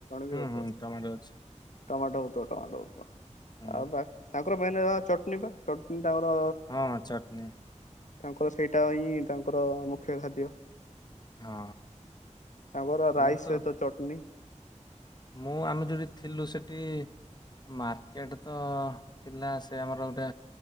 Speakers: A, on the left; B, on the left.
A: ବି
B: ହୁଁ
A: ହଉଥିବ।
B: ହୁଁ ଟମାଟୋ ଅଛି।
A: ଟମାଟୋ ହୋଉଥିବ ଟମାଟୋ ହୋଉଥିବ
B: ହୁଁ
A: ଆଉ ବା ତାଙ୍କର ମେନ ହେଲା ଚଟନି ପା ଚଟନି ତାଙ୍କର
B: ହଁ ଚଟନି।
A: ତାଙ୍କର ସେଇଟା ହିଁ ତାଙ୍କର ମୁଖ୍ୟ ଖାଦ୍ୟ।
B: ହଁ
A: ତାଙ୍କର ରାଇସ୍
B: ମୁଁ ତ
A: ସହିତ ଚଟନି।
B: ମୁଁ ଆମେ ଯୋଉଠି ଥିଲୁ ସେଠି ମାର୍କେଟ ତ ଥିଲା ସେ ଆମର ଗୋଟେ